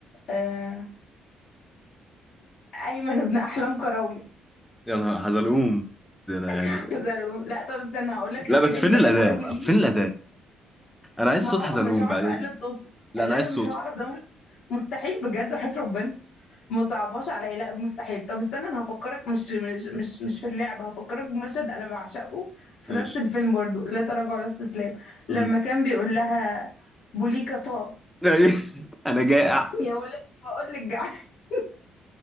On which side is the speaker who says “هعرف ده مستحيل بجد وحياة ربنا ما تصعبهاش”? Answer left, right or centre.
Left